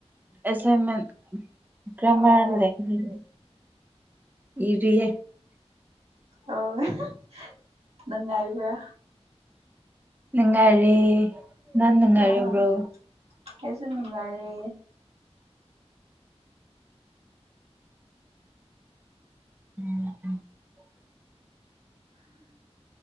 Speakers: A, on the right (about 15°); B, on the right (about 65°).
A: ꯑꯦꯁꯥꯏꯟꯃꯦꯟ ꯒ꯭ꯔꯃꯥꯔ
B: ꯑꯣ
A: ꯂꯩꯏ ꯏꯔꯤꯑꯦ
B: ꯑꯥ <unintelligible> ꯅꯨꯡꯉꯥꯏꯕ꯭ꯔꯥ
A: ꯅꯨꯡꯉꯥꯏꯔꯦ ꯅꯪ ꯅꯨꯡꯉꯥꯏꯔꯕ꯭ꯔꯣ
B: ꯑꯥ ꯑꯩꯁꯨ ꯅꯨꯡꯉꯥꯏꯔꯦ
A: <inaudible>